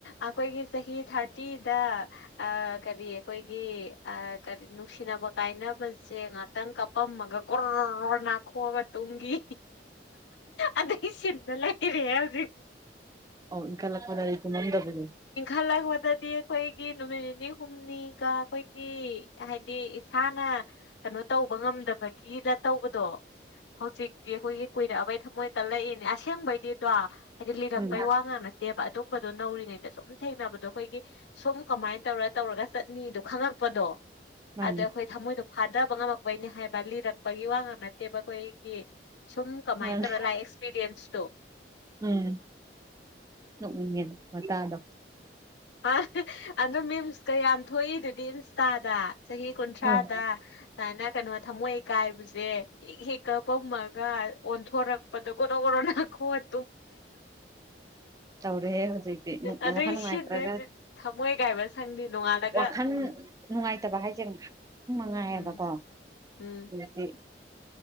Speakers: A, on the left; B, on the right.
A: ꯑꯩꯈꯣꯏꯒꯤ ꯆꯍꯤ ꯊꯥꯔꯇꯤꯗ ꯀꯔꯤ ꯑꯩꯈꯣꯏ ꯀꯔꯤ ꯅꯨꯡꯁꯤꯅꯕ ꯀꯥꯏꯅꯕꯁꯦ ꯉꯥꯛꯇꯪ ꯀꯥꯞꯄꯝꯃꯒ ꯈꯣꯛꯑꯒ ꯇꯨꯝꯒꯤ ꯑꯗꯨꯒꯤ ꯁꯤꯟꯗ ꯂꯩ ꯏꯟꯈꯠ
B: ꯑꯧ ꯏꯟꯈꯠꯂꯛꯄꯗꯗꯤ ꯇꯨꯝꯃꯝꯗꯕꯗꯣ
A: ꯍꯜꯂꯛꯞꯗꯗꯤ ꯑꯩꯈꯣꯏꯒꯤ ꯅꯨꯃꯤꯠ ꯅꯤꯅꯤ ꯍꯨꯝꯅꯤꯒ ꯑꯩꯈꯣꯏꯒꯤ ꯍꯥꯏꯗꯤ ꯏꯁꯥꯅ ꯀꯩꯅꯣ ꯇꯧꯕ ꯉꯝꯗꯕꯒꯤꯗ ꯇꯧꯕꯗꯣ ꯍꯧꯖꯤꯛꯇꯤ ꯑꯩꯈꯣꯏꯒꯤ ꯀꯨꯏꯔꯛꯑꯕꯩ ꯊꯝꯃꯣꯏ ꯀꯜꯂꯛꯏꯅꯦ ꯑꯁꯦꯡꯕꯩꯗꯤ ꯑꯣ ꯍꯥꯏꯗꯤ ꯂꯤꯔꯛꯄꯩ
B: ꯎꯝ
A: ꯋꯥ ꯉꯥꯡ ꯅꯠꯇꯦꯕ ꯑꯗꯨꯝꯕꯗꯣ ꯅꯧꯔꯤꯉꯩꯗ ꯁꯨꯝ ꯊꯦꯡꯅꯕꯗꯣ ꯑꯩꯈꯣꯏꯒꯤ ꯁꯨꯝ ꯀꯃꯥꯏꯅ ꯇꯧꯔ ꯇꯧꯔꯒ ꯆꯠꯅꯤꯗꯣ ꯈꯪꯉꯛꯄꯗꯣ
B: ꯃꯥꯅꯦ
A: ꯑꯗ ꯑꯩꯈꯣꯏ ꯊꯃꯣꯏꯗꯣ ꯐꯥꯗꯕ ꯉꯝꯃꯛꯄꯩꯅꯦ ꯍꯥꯏꯕ ꯂꯤꯔꯛꯄꯒꯤ ꯋꯥ ꯉꯛ ꯅꯠꯇꯦꯕ ꯑꯩꯈꯣꯏꯒꯤ ꯁꯨꯝ ꯀꯃꯥꯏ
B: ꯃꯥꯅꯦ
A: ꯇꯧꯔꯒ ꯂꯥꯛꯑꯦ ꯑꯦꯛꯁꯄꯤꯔꯤꯌꯦꯟꯁ ꯇꯣ
B: ꯎꯝ ꯅꯣꯛꯅꯤꯡꯉꯦꯗ ꯋꯇꯗꯣ
A: ꯍꯥ ꯑꯗꯣ ꯃꯤꯝꯁꯀ ꯌꯥꯝ ꯊꯣꯛꯏꯗꯨꯗꯤ ꯏꯟꯁꯇꯥꯗ ꯆꯍꯤ ꯀꯨꯟꯊ꯭ꯔꯥꯗꯅ
B: ꯎꯝ
A: ꯀꯩꯅꯣ ꯊꯝꯃꯣꯏ ꯀꯥꯏꯕꯁꯦ ꯍꯤꯛ ꯍꯤꯛ ꯀꯞꯄꯝꯃꯒ ꯑꯣꯟꯊꯣꯔꯛꯄꯗ ꯒꯣꯔꯣ ꯒꯣꯔꯣ ꯅꯈꯣꯛꯑꯒ
B: ꯇꯧꯔꯦꯍꯦ ꯍꯧꯖꯤꯛꯇꯤ
A: ꯑꯗꯨꯏ
B: ꯃꯁꯥ ꯅꯨꯡꯉꯥꯏ
A: ꯁꯤꯟꯅꯦ
B: ꯈꯔ
A: ꯍꯧꯖꯤꯛ ꯊꯃꯣꯏ ꯀꯥꯏꯕ ꯁꯪꯗꯦ ꯅꯣꯡꯉꯥꯜꯂꯒ
B: ꯋꯥꯈꯜ
A: ꯎꯝ
B: ꯅꯨꯡꯉꯥꯏ ꯐꯠꯇꯕ ꯍꯥꯏꯁꯦ ꯉꯥꯛ ꯅꯨꯡꯉꯥꯏꯌꯦꯕꯀꯣ
A: ꯎꯝ ꯎꯝ
B: ꯑꯗꯨꯗꯤ